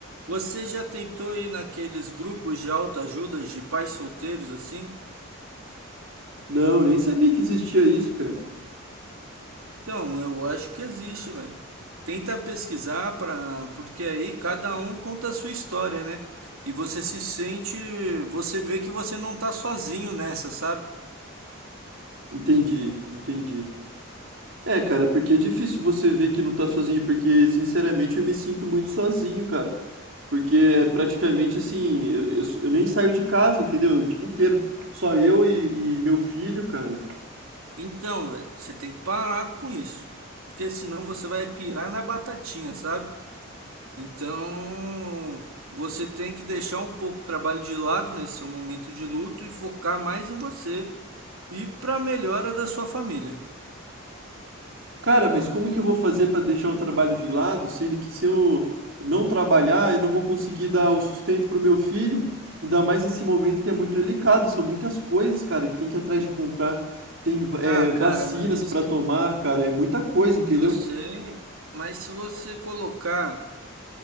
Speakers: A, on the right; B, on the right.
A: Você já tentou ir naqueles grupos de autoajuda de pais solteiros assim?
B: Não, nem sabia que existia isso, cara.
A: Então, eu acho que existe, velho. Tenta pesquisar para, porque aí cada um conta a sua história, né? E você se sente, você vê que você não tá sozinho nessa, sabe?
B: Entendi, entendi. É, cara, porque é difícil você ver que não tá sozinho, porque, sinceramente, eu me sinto muito sozinho, cara. Porque é praticamente assim, eu, eu- eu nem saio de casa, entendeu? O dia inteiro, só eu e, e meu filho, cara.
A: Então, velho, você tem que parar com isso, porque senão você vai pirar na batatinha, sabe? Então, você tem que deixar um pouco o trabalho de lado nesse seu momento de luto e focar mais em você e para melhora da sua família.
B: Cara, mas como que eu vou fazer pra deixar o trabalho de lado, sendo que se eu não trabalhar, eu não vou conseguir dar o sustento pro meu filho? Ainda mais nesse momento que é muito delicado, são muitas coisas, cara, que tem que ir atrás de comprar, tem, é,
A: Ah, cara,
B: vacinas
A: mas
B: pra tomar, cara, é muita coisa, entendeu?
A: Eu sei, mas se você colocar,